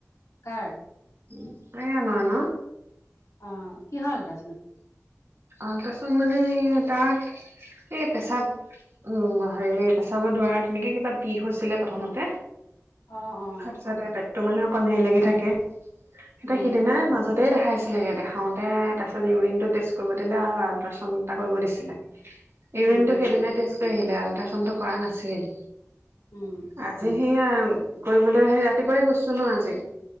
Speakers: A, on the left (about 75°); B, on the right (about 50°).
A: কাৰ
B: উ এ আমা ন
A: অ কি হল তা
B: আল্ট্ৰাছাউণ্ড মানে সে তাৰ এ পেচাব উম হেৰি পেচাবৰ দ্বাৰত তেনেকে কিবা বিষ হৈছিলে প্ৰথমতে
A: অ অ
B: তাপিছতে পেটটো মানে অকমান হেৰি লাগি থাকে এতিয়া
A: উম
B: সিদিনাই মাজত টেই দেখাইছিলেগে দেখাওঁতে তাৰপিছত ইউৰিনটো টেষ্ট কৰিব দিলে আৰু আল্ট্ৰাচাউণ্ড এটা কৰিব দিছিলে ইউৰিনটো
A: উম উম
B: সেইদিনাই টেষ্ট কৰি আহিলে আল্ট্ৰাচাউডটো কৰা নাছিল
A: উম
B: আজি সেইয়া কৰিবলৈ সেই ৰাতিপুৱাই গৈছো ন আজি